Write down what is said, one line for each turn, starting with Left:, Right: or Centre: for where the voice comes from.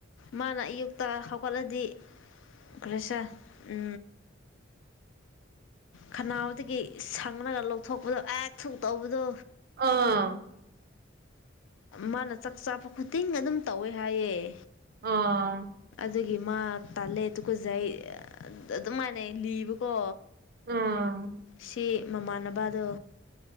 Left: ꯃꯥꯅ ꯑꯌꯨꯛꯇ ꯍꯧꯒꯠꯂꯗꯤ ꯀ꯭ꯔꯤꯁ ꯎ ꯈꯅꯥꯎꯅꯕꯗꯒꯤ ꯁꯪꯉꯒ ꯂꯧꯊꯣꯛꯄꯗꯣ ꯑꯦꯛ ꯊꯨ ꯇꯧꯕꯗꯣ
Right: ꯑꯥ
Left: ꯃꯥꯅ ꯆꯥꯛ ꯆꯥꯕ ꯈꯨꯗꯤꯡ ꯑꯗꯨꯝ ꯇꯧꯋꯦ ꯍꯥꯏꯌꯦꯦ
Right: ꯑꯥ
Left: ꯑꯗꯨꯒꯤ ꯃꯥ ꯇꯥꯜꯂꯦ ꯇꯨꯀꯖꯩ ꯑꯗꯨꯃꯥꯏꯅ ꯂꯤꯕꯀꯣ
Right: ꯑꯥ
Left: ꯁꯤ ꯃꯃꯥꯟꯅꯕꯗꯣ